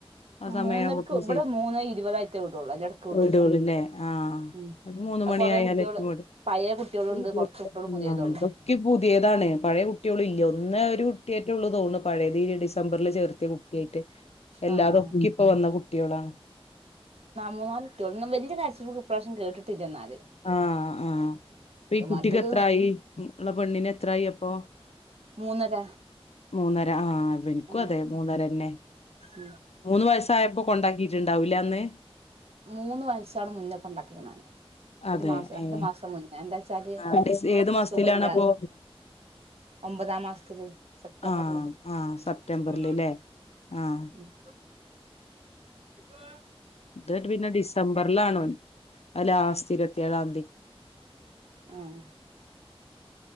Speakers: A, on the left; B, on the right.
A: ആ സമയം
B: മൂന്നരക്ക്
A: ആകുമ്പത്തിന്
B: ഇവിടെ
A: ശരി
B: മൂന്നേ ഇരുപതായിട്ടേ വിടുള്ളൂ അതിന്റെ ഇടക്ക് വിടൂല
A: വീടൊ ള്ളൂല്ലേ ആ
B: ഉം
A: മൂന്നു
B: അത്
A: മണിയായാൽ
B: കൊറേ കുട്ടികള്
A: എത്തുംങ്ങട്ട്
B: പഴയ കുട്ടികളുണ്ട്
A: <unintelligible>
B: കുറച്ച് കുട്ടികള് പുതിയതേ ഉള്ളൂ
A: ഒക്കെ പുതിയതാണ് പഴയ കുട്ടി <unintelligible> ഇന്ന് ഒരു കുട്ടിയെട്ടൊള്ളു പഴയത് ഈ ഡി- സംബറില് ചേർത്ത്യേ കുട്ട്യായിട്ട് അല്ലാതെ
B: ആഹ്
A: ഒക്കെ ഇപ്പോ വന്ന കുട്ടികളാ
B: മൂന്നാല് കുട്ടോള് വല്ല്യ കരച്ചിലൊന്നും ഇപ്രാവിശ്യം കേട്ടിട്ടില്ല ഇന്നാല്
A: അ ആ ഇപ്പ ഈ കുട്ടിക്ക്
B: മറ്റത്
A: എത്രായി ആ പെണ്ണിനെത്രായി അപ്പോ
B: മൂന്നര
A: മൂന്നര അ ആ എനിക്കും
B: ഉം
A: അതേ മൂന്നര തന്നെ
B: ഉം
A: മൂന്ന് വായസായപ്പേ കൊണ്ടാക്കീട്ടുണ്ടാക്കും അല്ലേ അന്ന്
B: മൂന്ന് വയസ് ആവണ മുന്നേ കൊണ്ടാക്കിക്കണ്
A: അതെ
B: ഒരു മാസം രണ്ട്
A: ഏഹ്
B: മാസം മുന്നേ അതേന്നു
A: ആഹ് ഡിസ്
B: ഇവിടെ
A: ഏത്
B: നിക്കാൻ
A: മാസത്തിലാണപ്പോ
B: സുഖ ല്ല്യ ഒമ്പതാം മാസത്തില് സെപ്റ്റംബറില്
A: അ ആ സെപ്തംബറില്‌ലേ
B: ആ
A: അ
B: ഉം <inaudible>
A: ഇത് ഒരു വിധം ഡിസംബറിലാണ് ആ ലാസ്റ്റ് ഇരുപത്തി ഏഴാന്തി
B: ആഹ്